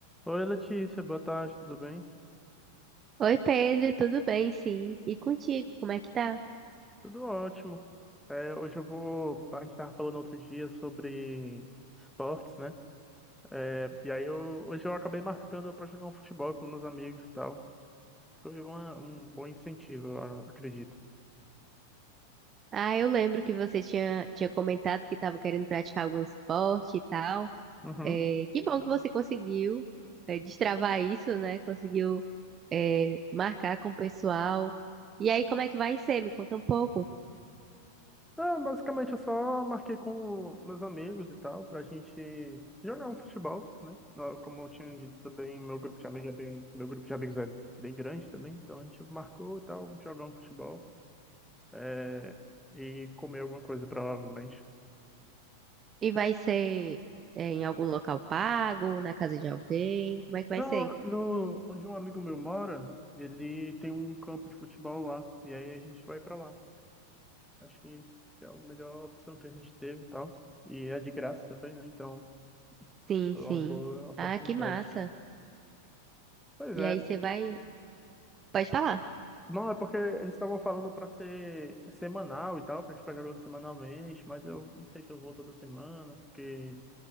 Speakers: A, in the centre; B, on the right.
A: Oi, Letícia, boa tarde, tudo bem?
B: Oi, Pedro, tudo bem? Sim. E contigo, como é que tá?
A: Tudo ótimo. É, hoje eu vou. A gente estava falando outro dia sobre esportes, né? É, e aí eu, hoje eu acabei marcando para jogar um futebol com meus amigos e tal. Foi uma- um bom incentivo, eu acredito.
B: Ah, eu lembro que você tinha, tinha comentado que estava querendo praticar algum esporte e tal.
A: Uhum.
B: É, que bom que você conseguiu, é, destravar isso, né? Conseguiu, é, marcar com o pessoal. E aí, como é que vai ser? Me conta um pouco.
A: Ah, basicamente eu só marquei com meus amigos e tal, pra gente jogar um futebol, né? Ah, Como eu tinha dito também, meu grupo de amigos é bem, meu grupo de amigos é bem grande também, então a gente marcou e tal, jogar um futebol. é, e comer alguma coisa, provavelmente.
B: E vai ser, é, em algum local pago, na casa de alguém? Como é que vai
A: Não,
B: ser?
A: no, onde um amigo meu mora, ele tem um campo de futebol lá, e aí a gente vai pra lá. Acho que é a melhor opção que a gente teve e tal. E é de graça também, né? Então,
B: Sim,
A: é
B: sim.
A: uma boa oportunidade.
B: Ah, que massa.
A: Pois
B: E
A: é.
B: aí, você vai. Pode falar.
A: Não, é porque eles estavam falando pra ser semanal e tal, pra gente ficar jogando semanalmente, mas eu não sei se eu vou toda semana, porque